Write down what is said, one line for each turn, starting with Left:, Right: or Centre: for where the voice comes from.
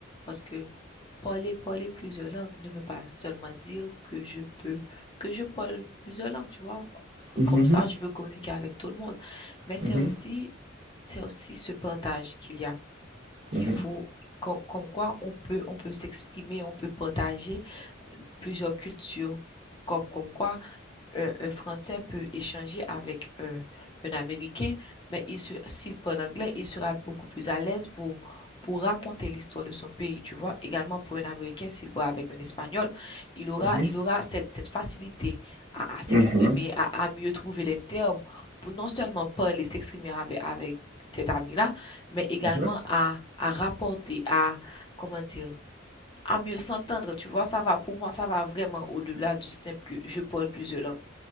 Left: parce que Parler parler plusieurs langues ne veut pas seulement dire que je peux que je parle plusieurs langues, tu vois?
Right: Mhm,
Left: Comme ça, je peux communiquer avec tout le monde. Mais c'est
Right: mhm,
Left: aussi c'est aussi ce partage qu'il y a.
Right: mhm,
Left: Il faut com- comme quoi on peut on peut s'exprimer, on peut partager plusieurs cultures. Comme comme quoi un, un Français peut échanger avec un, un Américain, mais il se- s'il parle anglais, il sera beaucoup plus à l'aise pour, pour raconter l'histoire de son pays, tu vois. Également pour un Américain, s'il parle avec un Espagnol, il aura,
Right: mhm,
Left: il aura cette, cette facilité à, à s'exprimer,
Right: mhm,
Left: à, à mieux trouver les termes pour non seulement parler, s'exprimer avec, avec cet ami-là, mais également
Right: mhm,
Left: à, à rapporter, à, comment dire, à mieux s'entendre, tu vois, ça va, pour moi, ça va vraiment au-delà du simple que je parle plusieurs langues.